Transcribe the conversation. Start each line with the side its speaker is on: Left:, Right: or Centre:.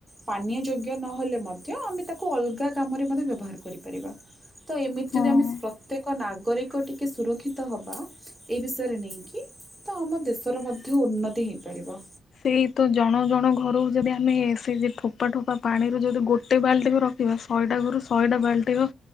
Centre: ପାନୀୟ ଯୋଗ୍ୟ ନହେଲେ ମଧ୍ୟ ଆମେ ତାକୁ ଅଲଗା କାମରେ ମଧ୍ୟ ବ୍ୟବହାର କରିପାରିବା। ତ ଏମିତି
Left: ହଁ।
Centre: ଯଦି ଆମେ ପ୍ରତ୍ୟେକ ନାଗରିକ ଟିକେ ସୁରକ୍ଷିତ ହବା। ଏ ବିଷୟରେ ନେଇକି ତ ଆମ ଦେଶର ମଧ୍ୟ ଉନ୍ନତି ହେଇପାରିବ।
Left: ସେଇ ତ ଜଣ ଜଣ ଘରକୁ ଯଦି ଆମେ ସେ ଯେ ଠୋପା ଠୋପା ପାଣିରୁ ଯଦି ଗୋଟେ ବାଲଟି ବି ର ଥିବା ଶଏଟା ଘରୁ ଶଏଟା ବାଲଟିର